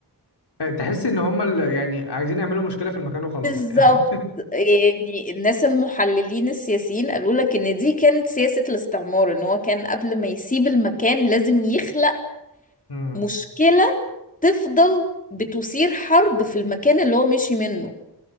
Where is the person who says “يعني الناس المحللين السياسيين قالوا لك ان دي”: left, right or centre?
Left